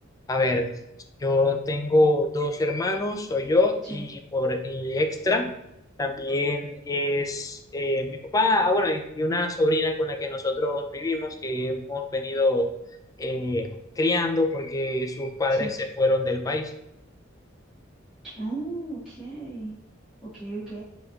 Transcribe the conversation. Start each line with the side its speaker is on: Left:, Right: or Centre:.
Left: A ver, yo tengo dos hermanos, soy yo
Centre: Sí,
Left: y, por, y extra. También es eh, mi papá, ah, bueno, y, y una sobrina con la que nosotros vivimos, que hemos venido eh, criando porque sus padres
Centre: sí.
Left: se fueron del país.
Centre: Oh, ok. Ok, ok.